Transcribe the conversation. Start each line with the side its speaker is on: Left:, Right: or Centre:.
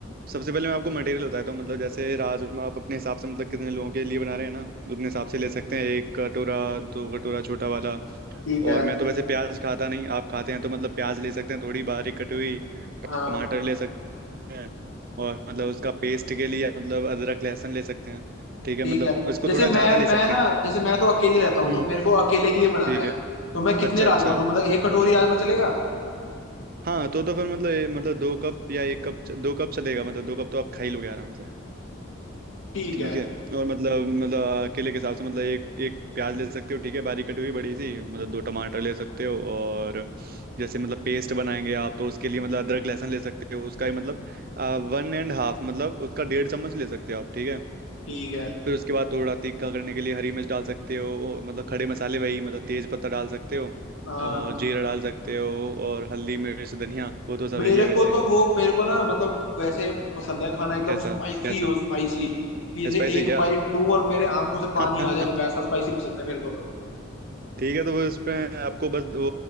Right: सबसे पहले मैं आपको मटेरियल बताता हूँ मतलब जैसे राजमा आप अपने हिसाब से मतलब कितने लोगों के लिए बना रहे हैं ना तो उतने हिसाब से ले सकते हैं एक कटोरा दो कटोरा छोटा वाला
Left: ठीक है
Right: और मैं तो वैसे प्याज खाता नहीं आप खाते हैं तो मतलब प्याज ले सकते हैं थोड़ी बारीक कटी हुई
Left: हाँ
Right: टमाटर ले सकते हैं और मतलब उसका पेस्ट के लिए मतलब अदरक लहसुन ले सकते हैं ठीक है
Left: ठीक
Right: मतलब
Left: है
Right: इसको
Left: जैसे
Right: थोड़ा
Left: मैं
Right: ज़्यादा ले
Left: मैं
Right: सकते
Left: ना
Right: हैं
Left: जैसे मैं तो अकेले रहता हूँ
Right: हम्म
Left: तो मेरे को अकेले के लिए बनाना
Right: ठीक
Left: है
Right: है
Left: तो मैं कितने
Right: अच्छा
Left: राजमा
Right: अच्छा
Left: लूँ मतलब एक कटोरी राजमा चलेगा
Right: हाँ तो तो फिर मतलब ये- मतलब दो कप या एक कप दो कप चलेगा मतलब दो कप तो आप खा ही लोगे आराम से
Left: ठीक
Right: ठीक
Left: है
Right: है और मतलब मतलब अकेले के हिसाब से मतलब एक एक प्याज ले सकते हो ठीक है बारीक कटी हुई बड़ी सी मतलब दो टमाटर ले सकते हो और जैसे मतलब पेस्ट बनाएंगे आप तो उसके लिए मतलब अदरक लहसुन ले सकते हो उसका ही मतलब वन एंड हाफ मतलब उसका डेढ़ चम्मच ले सकते हो आप ठीक है
Left: ठीक है
Right: फिर उसके बाद थोड़ा तीखा करने के लिए हरी मिर्च डाल सकते हो और मतलब खड़े मसाले वही मतलब तेज पत्ता डाल सकते हो
Left: हाँ
Right: और जीरा डाल सकते हो और हल्दी मिर्च धनिया वो तो सब
Left: मेरे
Right: है ही है
Left: को
Right: वैसे
Left: तो वो मेरे को ना मतलब वैसे पसंद है खाना एकदम
Right: कैसा
Left: स्पाइसी
Right: कैसा
Left: हो स्पाइसी कि जैसे
Right: स्पाइसी
Left: एक
Right: क्या
Left: बाइट लूँ और मेरे आंखों से
Right: <laughs>
Left: पानी आ जाए वैसा स्पाइसी पसंद है मेरे को तो
Right: ठीक है तो वो इसमें आपको बस वो